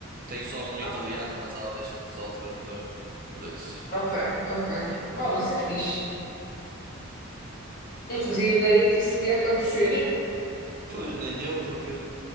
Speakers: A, on the right (about 45°); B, on the left (about 40°).
A: Tenho só um italiano,
B: Ah,
A: mas ela deixa-nos ao trator. Por isso.
B: ok, ok.
A: Não há problema.
B: Uau, isso é fixe. Não fazia ideia que isso podia acontecer. <laughs>
A: Pois, nem eu, porque